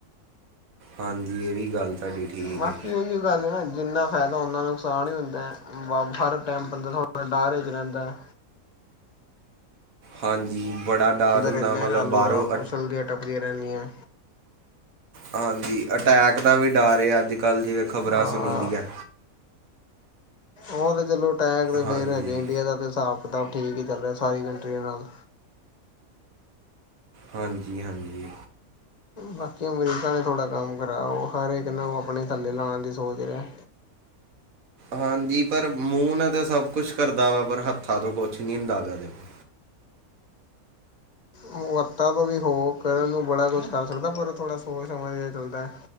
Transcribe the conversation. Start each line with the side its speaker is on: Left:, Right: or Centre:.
Right: ਹਾਂਜੀ ਏ ਵੀ ਗੱਲ ਤੁਹਾਡੀ ਠੀਕ
Left: ਬਾਕੀ
Right: ਹੈ
Left: ਉਈਯੋ ਗੱਲ ਏ ਨਾ ਜਿੰਨਾ ਫਾਇਦਾ ਹੁੰਦਾ ਨੁਕਸਾਨ ਹੀ ਹੁੰਦਾ ਹਰ ਟੈਮ ਬੰਦਾ <unintelligible> ਦਾਰ ਚ ਰੇੰਦਾ।
Right: ਹਾਂਜੀ ਬੜਾ ਡਾਰ
Left: ਅੰਦਰ
Right: ਹੁੰਦਾ
Left: ਲਹਿਰਾਂ
Right: ਮਲਬ
Left: ਲੂਹਰਾਂ
Right: ਬਾਰੋ
Left: ਉਛਲਦੀਆਂ ਟੱਪਦੀਆਂ ਰਹਿੰਦੀਐ।
Right: ਹਾਂਜੀ ਅਟੈਕ ਦਾ ਵੀ ਡਰ ਏ ਅੱਜ-ਕੱਲ ਜਿਵੇਂ ਖ਼ਬਰਾਂ
Left: ਹਾਂ
Right: ਸੁਨੀ ਦੀਐ।
Left: ਉਹ ਤੇ ਚਲੋ ਟੈਕ ਤੇ
Right: ਹਾਂਜੀ
Left: ਫੇਰ ਹਜੇ ਇੰਡੀਆ ਦਾ ਤੇ ਸਾਬ ਕਿਤਾਬ ਠੀਕ ਹੀ ਚੱਲ ਰਯਾ ਸਾਰੀ ਕੰਟਰੀਆਂ ਨਾਲ।
Right: ਹਾਂਜੀ-ਹਾਂਜੀ
Left: ਬਾਕੀ ਅਮਰੀਕਾ ਨੇ ਥੋੜ੍ਹਾ ਕੰਮ ਖਰਾਬ ਉਹ ਹਰ ਇੱਕ ਨੂੰ ਆਪਣੇ ਥੱਲੇ ਲਾਣ ਦੀ ਸੋਚ ਰਿਆ।
Right: ਹਾਂਜੀ, ਪਰ ਮੂੰਹ ਨਾ ਤਾਂ ਸਭ ਕੁਛ ਕਰਦਾ ਵਾ ਪਰ ਹੱਥਾਂ ਤੋਂ ਕੁਛ ਨੀ ਹੁੰਦਾ ਪਆ ਓਦੇ ਕੋ।
Left: ਓ ਹਥਾ ਤੋਂ ਵੀ ਹੋ ਕਰਨ ਨੂੰ ਬੜਾ ਕੁਛ ਕਰ ਸਕਦਾ ਪਰ ਥੋੜਾ ਸੋਚ ਸਮਝ ਕੇ ਚੱਲਦਾ।